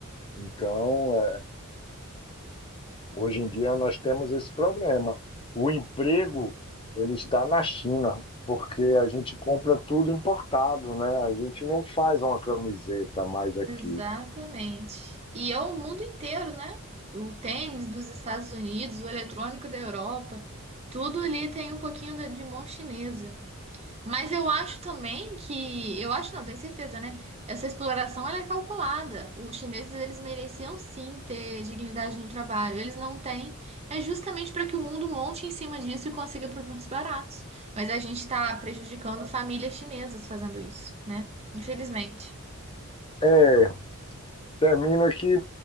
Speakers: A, on the left (about 25°); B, on the right (about 30°).
A: Então, Hoje em dia nós temos esse problema. O emprego ele está na China, porque a gente compra tudo importado, né? A gente não faz uma camiseta mais aqui.
B: Exatamente. E é o mundo inteiro, né? O tênis dos Estados Unidos, o eletrônico da Europa, tudo ali tem um pouquinho de de mão chinesa. Mas eu acho também que, eu acho não, tenho certeza, né? Essa exploração ela é calculada. Os chineses eles mereciam sim ter dignidade no trabalho. Eles não têm. É justamente para que o mundo monte em cima disso e consiga produtos baratos. Mas a gente está prejudicando famílias chinesas fazendo isso, né? Infelizmente.
A: É, termina que,